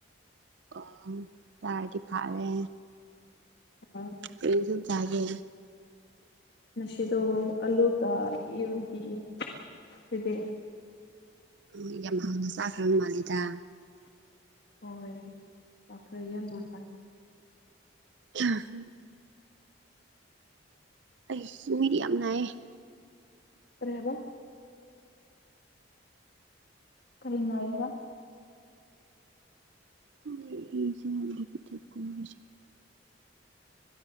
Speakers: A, on the right; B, on the left.
A: ꯑꯣ ꯆꯥꯔꯗꯤ ꯐꯔꯦ꯫
B: ꯎꯝ
A: ꯀꯔꯤ ꯏꯟꯁꯥꯡ ꯆꯥꯒꯦ
B: ꯉꯁꯤꯗꯣ ꯑꯂꯨꯒ ꯌꯦꯔꯨꯝ ꯄꯤꯌꯦ ꯅꯣꯏꯗꯤ
A: ꯑꯝ ꯌꯥꯝ ꯍꯥꯎꯅ ꯆꯥꯈ꯭ꯔꯕ ꯃꯥꯜꯂꯤꯗ꯫
B: ꯍꯣꯏ ꯂꯥꯛꯈ꯭ꯔꯦ ꯌꯥꯝꯅ ꯍꯥꯏ
A: <unintelligible> ꯑꯩꯁꯨ ꯃꯤꯠ ꯌꯥꯝ ꯅꯥꯏꯌꯦ꯫
B: ꯀꯔꯤ ꯍꯥꯢꯕ ꯀꯔꯤ ꯅꯥꯏꯕꯥ
A: <unintelligible>